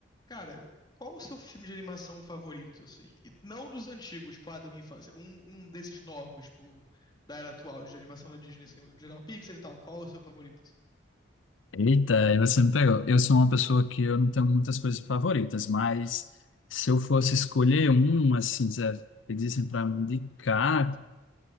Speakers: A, on the left; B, on the left.
A: Cara, qual o seu filme de animação favorito, assim? E não dos antigos, tipo, ah, da minha infância. Um, um desses novos, tipo, da era atual, de animação da Disney, assim, o geral Pixar e tal. Qual o seu favorito, assim?
B: Eita, aí você me pegou. Eu sou uma pessoa que eu não tenho muitas coisas favoritas, mas se eu fosse escolher um, assim, se pedissem para me indicar,